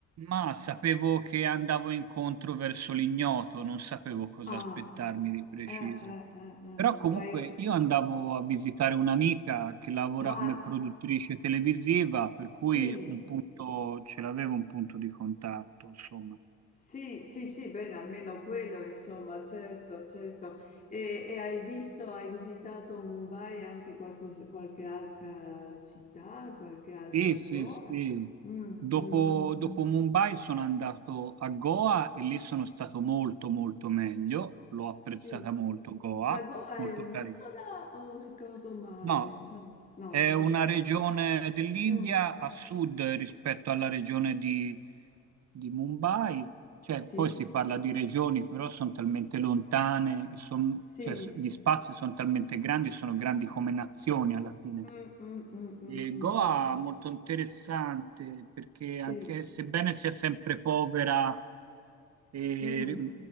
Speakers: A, on the right; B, on the left.
A: Ma sapevo che andavo incontro verso l'ignoto, non sapevo cosa
B: Ah,
A: aspettarmi di preciso.
B: eh, eh, eh, eh,
A: Però comunque
B: eh, ma è-
A: io andavo a visitare un'amica che lavora
B: ah,
A: come produttrice televisiva, per
B: sì,
A: cui un punto, ce l'avevo un punto di contatto, insomma.
B: Sì, sì, sì, bene, almeno quello, insomma, certo, certo. E, e hai visto, hai visitato Mumbai e anche qualcos- qualche altra città, qualche altra
A: Sì, sì,
B: zona?
A: sì.
B: Mm,
A: Dopo,
B: mm, mm,
A: dopo Mumbai sono andato a Goa e lì sono stato molto, molto meglio. L'ho apprezzata
B: sì.
A: molto, Goa,
B: Ma Goa
A: molto
B: è un'isola
A: carina.
B: o ricordo male?
A: No,
B: No, no,
A: è
B: non
A: una
B: è un'isola.
A: regione dell'India
B: Mm,
A: a sud rispetto alla regione di, di Mumbai, cioè
B: sì,
A: poi si parla di regioni, però sono talmente lontane, e son-
B: sì.
A: cioè, s- gli spazi sono talmente grandi, sono grandi come nazioni alla fine.
B: Mm, mm, mm, mm,
A: E
B: mm,
A: Goa
B: mm.
A: è molto interessante perché
B: Sì,
A: anche sebbene sia sempre povera eh,
B: Mm,